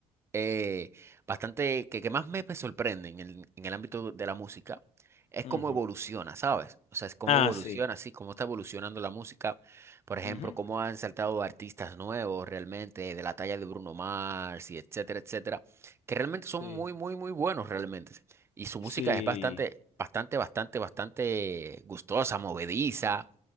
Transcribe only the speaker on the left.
Ujú.
Ah,
sí.
Ujú.
Sí,
sí,